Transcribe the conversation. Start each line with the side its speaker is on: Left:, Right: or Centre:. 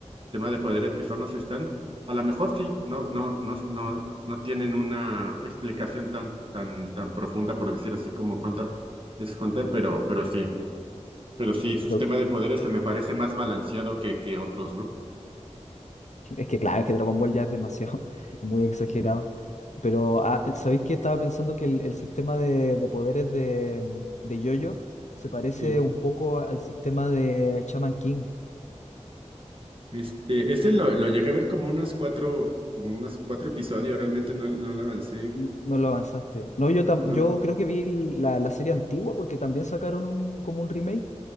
Right: tema de poderes que son los están, a lo mejor sí, no, no, no, no, no tienen una explicación tan, tan, tan profunda, por decir así, como Hunter es Hunter, pero, pero sí. Pero sí, su
Left: Pero
Right: sistema de poderes se me parece más balanceado que, que otros, ¿no?
Left: es que claro, es que Dragon Ball ya es demasiado, <laughs> es muy exagerado. Pero ah, ¿sabéis que estaba pensando que el, el sistema de, de poderes de, de JoJo se parece
Right: Sí.
Left: un poco a- al sistema de Shaman King?
Right: Este, este lo, lo llegué a ver como unas cuatro, como unos cuatro episodios, realmente no, no lo avancé.
Left: N- No lo avanzaste. No, yo, tam-
Right: No,
Left: yo creo que vi la, la serie antigua porque también sacaron un, como un remake.